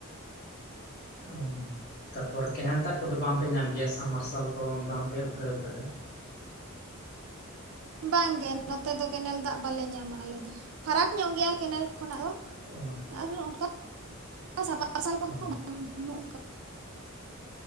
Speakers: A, on the left; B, on the right.
A: ᱚ ᱛᱟᱯᱚᱨ ᱠᱮᱱᱮᱞ ᱫᱟᱜ ᱠᱚ ᱫᱚ ᱵᱟᱝ ᱯᱮ ᱧᱟᱢ ᱜᱮᱭᱟ, ᱥᱟᱵᱢᱟᱨᱥᱟᱞ ᱠᱚ ᱵᱟᱝ ᱯᱮ ᱩᱯᱲᱟᱹᱣ ᱠᱟᱫᱟ?
B: ᱵᱟᱝ ᱜᱮ ᱱᱚᱛᱮ ᱫᱚ ᱠᱮᱱᱮᱞ ᱫᱟᱜ ᱵᱟᱞᱮ ᱧᱟᱢᱟ ᱟᱞᱮ ᱫᱚ, ᱯᱷᱟᱨᱟᱠ ᱧᱚᱜ ᱜᱮᱭᱟ ᱠᱮᱱᱮᱞ ᱠᱷᱚᱱᱟᱜ ᱫᱚ᱾
A: ᱚ᱾
B: ᱟᱨ ᱚᱱᱠᱟ ᱥᱟᱢ ᱢᱟᱨᱥᱟᱞ ᱠᱚᱦᱚᱸ
A: ᱚ